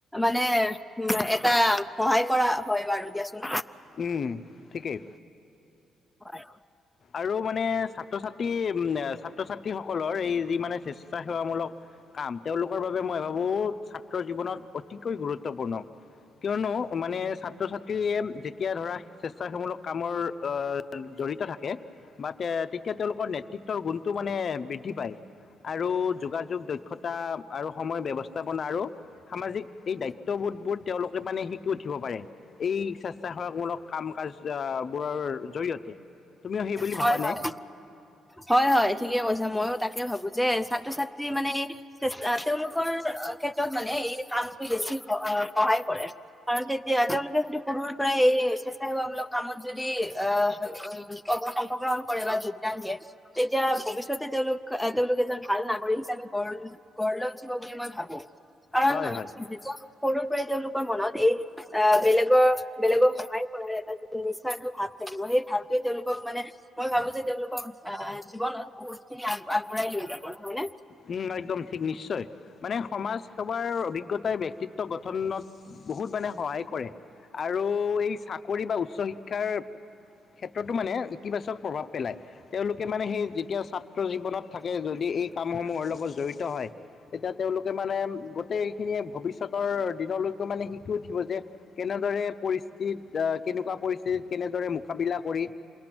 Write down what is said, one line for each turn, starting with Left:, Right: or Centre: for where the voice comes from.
Centre: মানে উম, এটা সহায় কৰা হয় বাৰু, দিয়াচোন।
Left: উম, ঠিকেই।
Centre: হয়।
Left: আৰু মানে ছাত্ৰ-ছাত্ৰী উম, ছাত্ৰ-ছাত্ৰীসকলৰ, এই যি মানে স্বেচ্ছাসেৱামূলক কাম। তেওঁলোকৰ বাবে মই ভাবোঁ, ছাত্ৰ জীৱনত অতিকৈ গুৰুত্বপূৰ্ণ। কিয়নো মানে, ছাত্ৰ- ছাত্ৰীয়ে যেতিয়া ধৰা, স্বেচ্ছাসেৱামূলক কামৰ অ জড়িত থাকে। বা তে- তেতিয়া তেওঁলোকৰ নেতৃত্বৰ গুণটো মানে বৃদ্ধি পায়। আৰু যোগাযোগ দক্ষতা আৰু সময় ব্যৱস্থাপনাৰ আৰু সামাজিক, এই দায়িত্ববোধবোৰ তেওঁলোকে মানে শিকি উঠিব পাৰে। এই স্বেচ্ছাসেৱামূলক কাম- কাজ অহ, বোৰৰ জৰিয়তে তুমিও সেই বুলি
Centre: হয়-
Left: ভাবানে
Centre: হয়। হয়- হয়, ঠিকে কৈছা। মইও তাকে ভাবোঁ যে, ছাত্ৰ- ছাত্ৰী মানেই তেওঁলোকৰ ক্ষেত্ৰত মানে, এই কামটো বেছি সহায় কৰে। কাৰণ তেতিয়া তেওঁলোকে, যদি সৰুৰ পৰাই এই স্বেচ্ছাসেৱামূলক কামত যদি আহ, অ- অংশগ্ৰহণ কৰে বা যোগদান দিয়ে তেতিয়া, ভৱিষ্যতে তেওঁলোক আহ, তেওঁলোক এজন ভাল নাগৰিক হিচাপে গঢ় গঢ় লৈ উঠিব বুলি মই ভাবোঁ। কাৰণ
Left: হয় হয়
Centre: যেতিয়া সৰুৰ পৰাই তেওঁলোকৰ মনত এই অ, বেলেগৰ, বেলেগক সহায় কৰাৰ এটা যিটো নিচাটো ভাৱ থাকিব। সেই ভাৱটোৱে তেওঁলোক মানে, মই ভাবোঁ যে, তেওঁলোকক জীৱনত বহুত খিনি আগবঢ়াই লৈ যাব, হয় নে?
Left: উম, একদম ঠিক নিশ্চয়, মানে সমাজ সেৱাৰ অভিজ্ঞতাই ব্যক্তিত্ব গঠনত বহুত মানে সহায় কৰে। আৰু এই চাকৰি বা উচ্চ শিক্ষাৰ ক্ষেত্ৰতো মানে ইতিবাচক প্ৰভাৱ পেলায়। তেওঁলোকে মানে সেই যেতিয়া ছাত্ৰ জীৱনত থাকে, যদি এই কামৰ লগত জড়িত হয়। তেতিয়া তেওঁলোকে মানে গোটেইখিনিয়েই ভৱিষ্যত ভৱিষ্যতৰ দিনলৈকে মানে, শিকি উঠিব। যে কেনেদৰে পৰিস্থিতি আহ, কেনেকুৱা পৰিস্থিতিত, কেনেদৰে মোকাবিলা কৰি